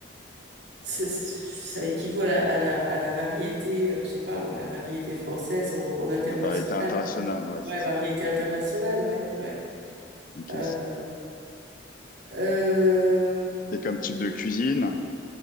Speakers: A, on the right; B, on the left.
A: ça, ça équivaut à la, à la, à la variété, euh, je sais pas moi, la variété française en, en international.
B: De variété internationale, ouais,
A: Ouais,
B: c'est ça.
A: variété internationale,
B: Ok.
A: ouais, ouais.
B: Ok.
A: Euh, euh,
B: Et comme type de cuisine?